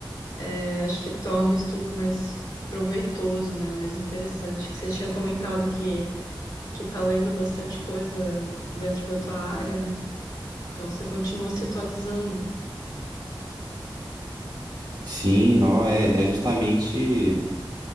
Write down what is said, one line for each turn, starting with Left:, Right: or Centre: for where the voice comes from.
Left: é, acho que torna o estudo mais proveitoso, né, mais interessante. Que você tinha comentado que que tá lendo bastante coisa dentro da tua área, né? Então você continua se atualizando.
Right: Sim, não, é, é justamente